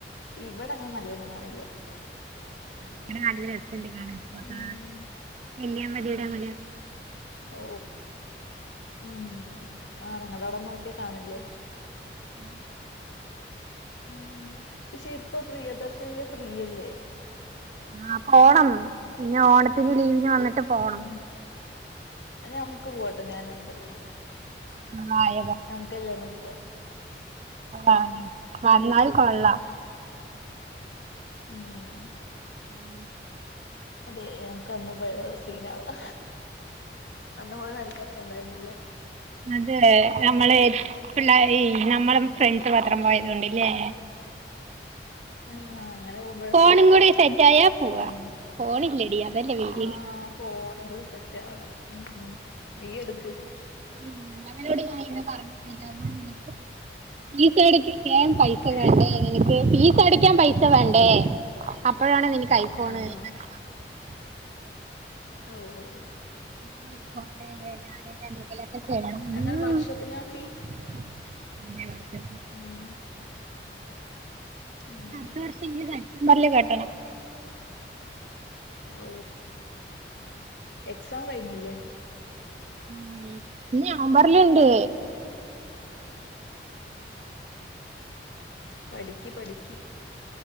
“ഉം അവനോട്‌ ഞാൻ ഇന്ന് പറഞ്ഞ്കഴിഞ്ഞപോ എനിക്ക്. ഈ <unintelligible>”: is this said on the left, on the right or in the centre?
Right